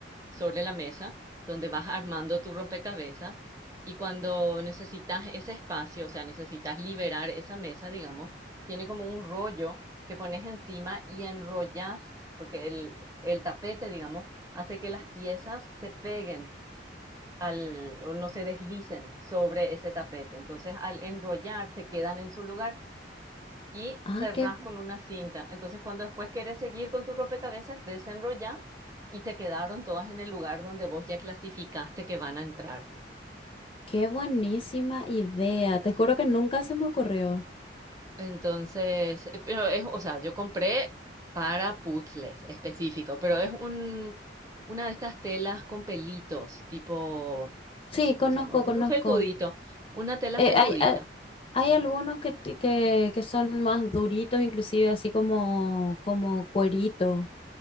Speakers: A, on the right (about 20°); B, on the left (about 30°).
A: sobre la mesa donde vas armando tu rompecabezas y cuando necesitas ese espacio, o sea, necesitas liberar esa mesa, digamos, tiene como un rollo que pones encima y enrollas, porque el, el tapete, digamos, hace que las piezas se peguen al, o no se deslicen sobre ese tapete. Entonces, al enrollar, se quedan en su lugar y
B: Ah,
A: cerrás
B: qué,
A: con una cinta. Entonces, cuando después querés seguir con tu rompecabezas, desenrollás y se quedaron todas en el lugar donde vos ya clasificaste que van a entrar.
B: qué buenísima idea. Te juro que nunca se me ocurrió.
A: Entonces, eh, pero es, o sea, yo compré para puzzles específico, pero es un, una de estas telas con pelitos, tipo,
B: Sí,
A: no sé cómo
B: conozco,
A: se llama, un
B: conozco.
A: felpudito, una tela
B: Eh,
A: felpudita.
B: hay, a- hay algunos que, te- que, que son más duritos, inclusive así como, como cuerito,